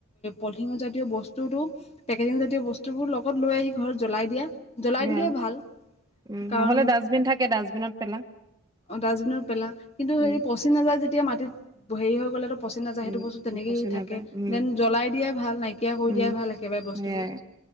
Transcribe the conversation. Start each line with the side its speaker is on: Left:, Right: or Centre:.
Left: পলিথিন জাতীয় বস্তুটো পেকেটিং জাতীয় বস্তুবোৰ লগত লৈ আহি ঘৰত জলাই দিয়া, জলাই
Right: সেয়া
Left: দিলে ভাল।
Right: উম
Left: কাৰণ,
Right: নহ'লে ডাষ্টবিন থাকে ডাষ্টবিনত পেলা
Left: ডাষ্টবিনত পেলা কিন্তু
Right: উম
Left: হেৰি পচ পচি নাযায় যেতিয়া মাটিত, হেৰি হৈ গলে। পচি নাযায়
Right: উম
Left: সেইটো বস্তু তেনেকেইে
Right: পচি
Left: থাকে,
Right: নাযায় উম
Left: দেন জ্বলাই দিয়াই ভাল নাইকিয়া কৰি
Right: উম
Left: দিয়াই ভাল একেবাৰে বস্তুবোৰ।
Right: সেয়াই